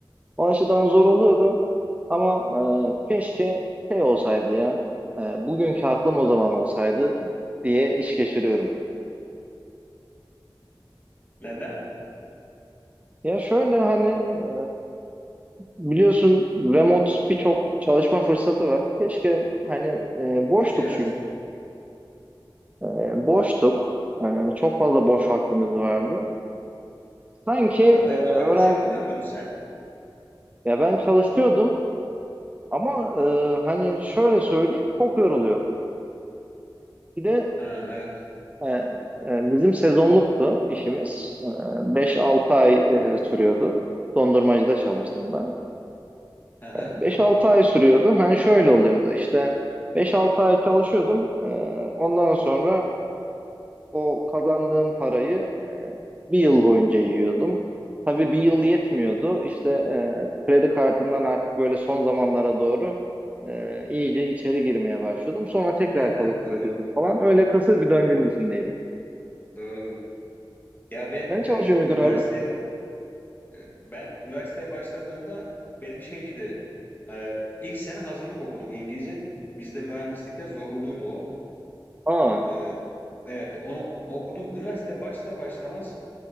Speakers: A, on the right (about 15°); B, on the left (about 25°).
A: O açıdan zor oluyordu. Ama e, keşke şey olsaydı ya. E, bugünkü aklım o zaman olsaydı diye iş geçiriyorum.
B: Neden?
A: Ya şöyle hani e, biliyorsun remote birçok çalışma fırsatı var. Keşke hani e, boştuk
B: Evet.
A: çünkü. E, e, boştuk. E, çok fazla boş vaktimiz vardı. Sanki
B: Part-time
A: e, öğrenci
B: olarak iş yapmıyor muydun sen?
A: ya ben çalışıyordum ama e, hani şöyle söyleyeyim çok yoruluyordum. Bir de
B: Ha, evet.
A: E, e, bizim sezonluktu işimiz. E, 5-6 ay e, sürüyordu. Dondurmacıda çalıştım ben.
B: Hı hı.
A: beş altı ay sürüyordu. Hani şöyle oluyordu işte beş altı ay çalışıyordum. E, ondan sonra o kazandığım parayı e, bir yıl boyunca yiyordum. Tabii bir yıl yetmiyordu. İşte e, kredi kartından artık böyle son zamanlara doğru e, iyice içeri girmeye başlıyordum. Sonra tekrar
B: <laughs>
A: çalışıp
B: Doğru,
A: ödüyordum falan. Öyle kısır bir döngünün içindeydik.
B: doğrudur. Ya ben
A: Sen
B: e,
A: çalışıyor
B: üniversiteye
A: muydun abi?
B: e, ben üniversiteye başladığımda benim şeydi. e, ilk sene hazırlık okuduk İngilizce. Bizde mühendislikte zorunluydu o.
A: Aa.
B: Ee, evet onu okudum. Üniversite başlar başlamaz